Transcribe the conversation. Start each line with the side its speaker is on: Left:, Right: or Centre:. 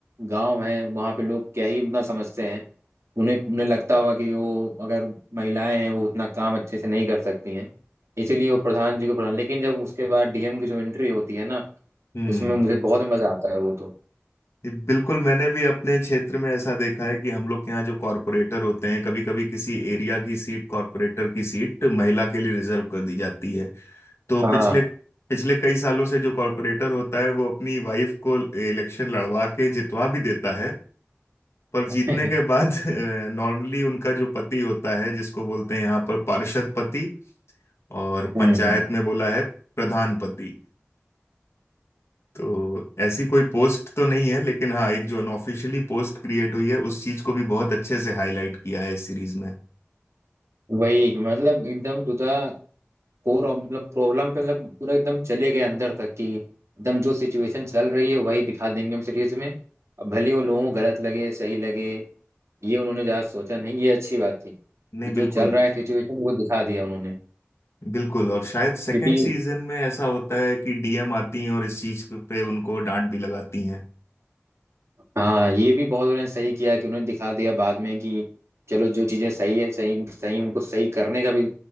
Right: गांव है वहाँ पे लोग क्या ही उतना समझते हैं उन्हें उन्हें लगता होगा कि वो अगर महिलाएं हैं वो उतना काम अच्छे से नहीं कर सकती हैं इसीलिए वो प्रधान जी को प्रधान लेकिन जब उसके बाद डीएम की जो एंट्री होती है ना
Left: हम्म
Right: उसमें मुझे बहुत मजा आता है वो तो
Left: ये बिल्कुल मैंने भी अपने क्षेत्र में ऐसा देखा है कि हम लोग के यहाँ जो कॉरपोरेटर होते हैं कभी कभी किसी एरिया की सीट कॉरपोरेटर की सीट महिला के लिए रिजर्व कर दी जाती है तो
Right: हाँ
Left: पिछले पिछले कई सालों से जो कॉरपोरेटर होता है वो अपनी वाइफ को इलेक्शन लड़वा के जितवा भी देता है पर
Right: <laughs>
Left: जीतने के बाद <laughs> नॉर्मली उनका जो पति होता है जिसको बोलते हैं यहाँ पर पार्षद पति और
Right: हम्म
Left: पंचायत में बोला है प्रधान पति तो ऐसी कोई पोस्ट तो नहीं है लेकिन हाँ एक जो अनऑफिशियली पोस्ट क्रिएट हुई है उस चीज को भी बहुत अच्छे से हाईलाइट किया है इस सीरीज में
Right: वही कि मतलब एकदम टू द कोर ऑफ मतलब प्रॉब्लम पे मतलब पूरा एकदम चले गए अंदर तक कि एकदम जो सिचुएशन चल रही है वही दिखा देंगे हम सीरीज में अब भले वो लोगों को गलत लगे सही लगे ये उन्होंने ज़्यादा सोचा नहीं ये अच्छी बात थी
Left: नहीं
Right: कि जो
Left: बिल्कुल
Right: चल रहा है सिचुएशन वो दिखा दिया उन्होंने
Left: बिल्कुल और शायद सेकंड
Right: क्योंकि
Left: सीजन में ऐसा होता है कि डीएम आती हैं और इस चीज पे उनको डांट भी लगाती हैं
Right: हाँ ये भी बहुत उन्होंने सही किया कि उन्होंने दिखा दिया बाद में कि चलो जो चीज़ें सही है सही सही उनको सही करने का भी